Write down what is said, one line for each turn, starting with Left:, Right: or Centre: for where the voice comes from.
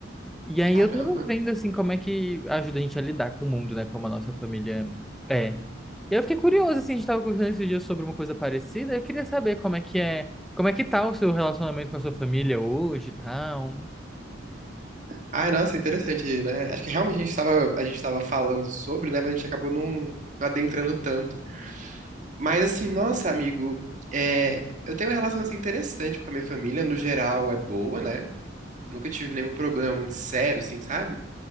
Centre: E aí
Right: Caramba.
Centre: eu tava vendo assim como é que ajuda a gente a lidar com o mundo, né, como a nossa família é. E eu fiquei curioso assim, a gente tava conversando esses dias sobre uma coisa parecida, eu queria saber como é que é, como é que tá o seu relacionamento com a sua família hoje, e tal.
Right: Ah, nossa, interessante, né? Acho que realmente a gente tava, a gente tava falando sobre, né? Mas a gente acabou não adentrando tanto. Mas assim, nossa, amigo, é, eu tenho uma relação assim, interessante com a minha família. No geral, é boa, né? Nunca tive nenhum problema muito sério, assim, sabe?